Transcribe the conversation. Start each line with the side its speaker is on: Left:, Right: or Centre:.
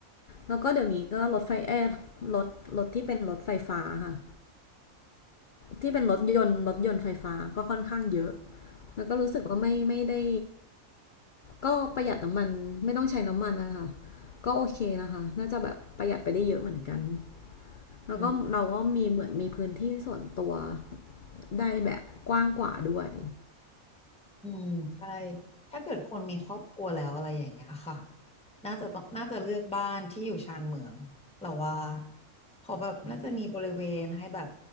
Left: แล้วก็เดี๋ยวนี้ก็รถไฟเอร์รถรถที่เป็นรถไฟฟ้าค่ะที่เป็นรถยนต์รถยนต์ไฟฟ้าก็ค่อนข้างเยอะแล้วก็รู้สึกว่าไม่ไม่ได้ก็ประหยัดน้ำมันไม่ต้องใช้น้ำมันนะคะก็โอเคนะคะน่าจะแบบประหยัดไปได้เยอะเหมือนกันแล้วก็เราก็มีเหมือนมีพื้นที่ส่วนตัว
Centre: อืม
Left: ได้แบบกว้างกว่าด้วย
Centre: อืมใช่ถ้าเกิดคนมีครอบครัวแล้วอะไรอย่างเงี้ยค่ะน่าจะต้องน่าจะเลือกบ้านที่อยู่ชานเมืองเราว่าเพอแบบน่าจะมีบริเวณให้แบบ